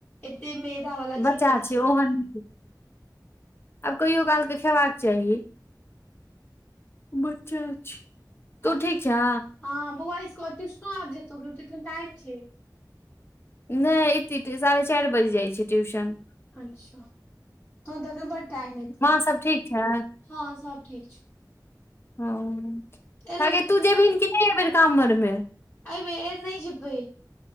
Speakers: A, on the left (about 15°); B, on the left (about 35°).
A: एते मैदा वाला
B: बच्चा
A: चीज दै
B: छै
A: छियै।
B: ओहन नहि आब कहियो कालकऽ खेबाक चाही। बच्चा छै तू
A: आब
B: ठीक छै।
A: हँ बौआ ट्यूशनो आबि जेतौ की अखन टाइम छै।
B: नहि एते साढ़े चारि बजे जाइ छै ट्यूशन।
A: अच्छा, तखन त अखन बड टाइम हेतै,
B: माँ सब ठीक छै
A: हं सब ठीक छै।
B: हं,
A: एलौ
B: हगै तू जेबही कि नहि एहि बेर कामर में?
A: अइ बेर नहि जेबै